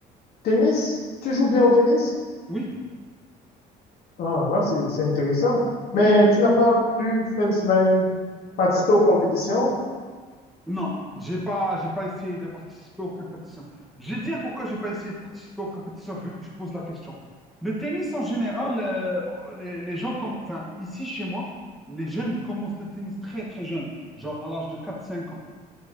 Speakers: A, on the left; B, in the centre.
A: tennis, tu joues bien au tennis?
B: Oui,
A: Ah, là, c'est, c'est intéressant.
B: oui,
A: Mais
B: oui,
A: tu n'as pas pu faire cela, participer aux compétitions?
B: Non, j'ai pas, j'ai pas essayé de participer aux compétitions. Je vais te dire pourquoi j'ai pas essayé de participer aux compétitions vu que tu poses la question. Le tennis en général, euh, les, les gens comme, enfin, ici chez moi, les jeunes commencent le tennis très très jeune, genre à l'âge de quatre cinq ans.